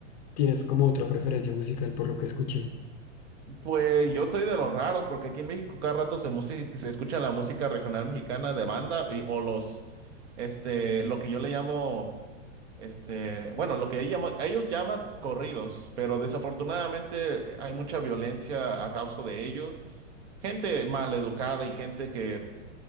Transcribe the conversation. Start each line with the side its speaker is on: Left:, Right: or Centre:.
Left: tienes como otra preferencia musical por lo que escuché?
Right: Pues yo soy de los raros, porque aquí en México cada rato se, musi- se escucha la música regional mexicana de banda y, o los, este, lo que yo le llamo, este, bueno, lo que ellos llaman, ellos llaman corridos, pero desafortunadamente eh, hay mucha violencia a causa de ellos. Gente maleducada y gente que,